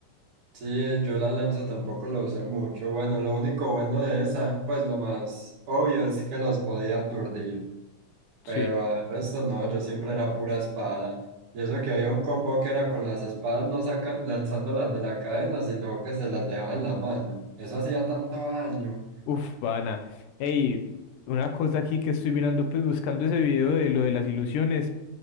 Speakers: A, on the right; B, on the left.
A: Sí, yo la lanza tampoco la usé mucho. Bueno, lo único bueno de esa, pues lo más obvio es que los podía aturdir,
B: sí.
A: pero de resto no, yo siempre era pura espada. Y eso que había un combo que era con las espadas no sacan, lanzándolas de la cadena, sino que se las dejaba en la mano. Eso hacía tanto daño.
B: Uf, pana. Ey, una cosa aquí que estoy mirando, pues buscando ese video de lo de las ilusiones.